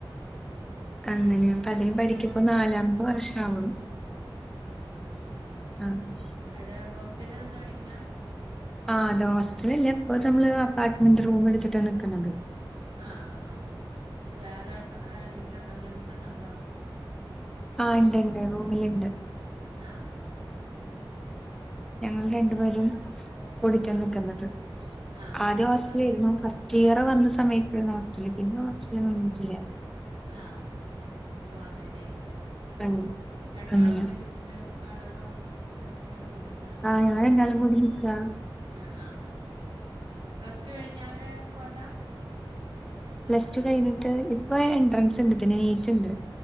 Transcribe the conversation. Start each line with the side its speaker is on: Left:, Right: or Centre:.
Right: ഉം.
Centre: അങ്ങനെ അപ്പൊ അതിന് പഠിക്കപ്പോ നാലാമത്തെ വർഷം ആവണു
Right: <unintelligible>
Centre: <unintelligible>
Right: അവ്ടെ ഹോസ്റ്റലിൽ നിന്ന് പഠിക്ക്‌ണ?
Centre: ആഹ് അതെ ഹോസ്റ്റലില്ല ഇപ്പൊ നമ്മള് അപ്പാട്ട്മെന്റ് റൂം എട്ത്തിട്ടാണ് നിക്ക്‌ണത്.
Right: ആ ആ ആ ഹ് വേറെ ആരെെങ്കിലുണ്ടോ ഫ്രൺസൊക്കെണ്ടോ?
Centre: ആഹ് ഇണ്ട്ണ്ട് റൂമിൽ ഇണ്ട്.
Right: ആഹ് ആഹ്
Centre: ഞങ്ങൾ രണ്ടു പേരും
Right: എന്നാ
Centre: കൂടിട്ട
Right: ആ
Centre: നിക്ക്‌ന്നത്.
Right: ആ
Centre: ആദ്യം
Right: ശരി
Centre: ഹോസ്റ്റലേര്ന്നു
Right: പ്ലസ് ടു
Centre: ഫസ്റ്റ് ഇയർ വന്ന സമയത്തേര്ന്നു ഹോസ്റ്റല് പിന്നെ ഹോസ്റ്റല് നിന്നിട്ടില്ല.
Right: ആഹ് അപ്പൊ മാറിയതെക്കാരം.
Centre: <unintelligible>
Right: രണ്ടാളും
Centre: അങ്ങനെ
Right: കൂടി ഇത് വാടകം തയ്ക്കാണ്ട് കൊടുക്കും.
Centre: ആഹ് ഞങ്ങ രണ്ടാളും കൂടി നിക്കാ.
Right: ഹ്മ് ആ ആ പ്ലസ് ടു കൈഞ്ഞാരെ പോയതാ?
Centre: പ്ലസ് ടു കൈന്ട്ട് ഇപ്പൊ എൻട്രൻസ്ണ്ട് തിന് നീറ്റ്ണ്ട്.